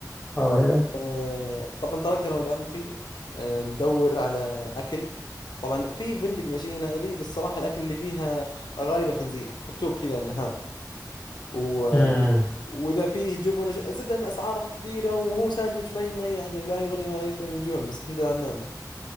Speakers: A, on the left; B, on the left.
A: اه يعني
B: آه، طبعا طلقت انا ولد عمتي آه، ندور على اكل طبعا في فندق ماشيين هذه بس صراحه الاكل اللي فيها خ- غالبا خنزير مكتوب كذا انه هام و...
A: مم.
B: واذا فيه جبن وش... الزبده ان اسعاره كبيره وهو ساندويتش ما ما يعني لا يغني ولا يسمن من جوع بس الحمد لله على النعمه